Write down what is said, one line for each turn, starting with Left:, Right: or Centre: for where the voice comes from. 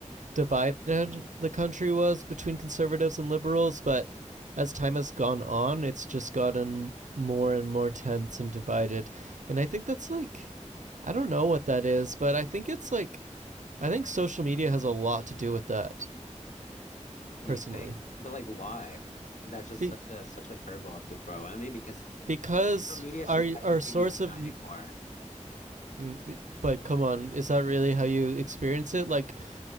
Right: divided the country was between conservatives and liberals, but as time has gone on, it's just gotten more and more tense and divided. And I think that's like, I don't know what that is, but I think it's like, I think social media has a lot to do with that,
Left: You
Right: personally.
Left: think? But like why? That's just
Right: Be-
Left: such a such a curveball to throw at me because
Right: because
Left: social media should
Right: our
Left: technically
Right: our source
Left: be uniting
Right: of
Left: more.
Right: mm, but come on is that really how you experience it like